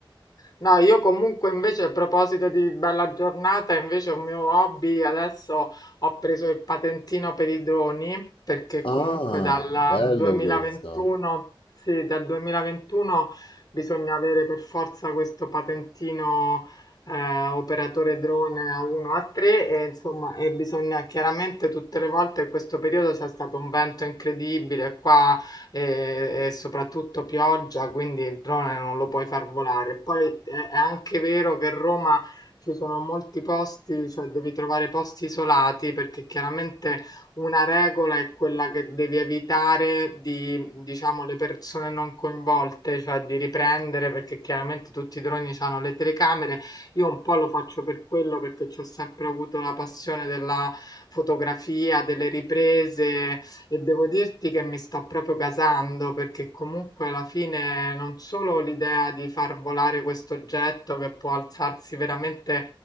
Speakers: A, on the left; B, on the left.
A: No, io comunque invece a proposito di bella giornata, invece un mio hobby, adesso ho preso il patentino per i droni, perché
B: Ah,
A: comunque dal
B: bello
A: 2021,
B: questo.
A: sì, dal 2021 bisogna avere per forza questo patentino eh, operatore drone A1 A3 e insomma, e bisogna chiaramente tutte le volte in questo periodo c'è stato un vento incredibile qua e, e soprattutto pioggia, quindi il drone non lo puoi far volare. Poi è, è anche vero che Roma ci sono molti posti, cioè devi trovare posti isolati perché chiaramente una regola è quella che devi evitare di, diciamo, le persone non coinvolte, cioè di riprendere perché chiaramente tutti i droni hanno le telecamere. Io un po' lo faccio per quello perché ci ho sempre avuto la passione della fotografia, delle riprese e devo dirti che mi sta proprio gasando perché comunque alla fine non solo l'idea di far volare questo oggetto che può alzarsi veramente,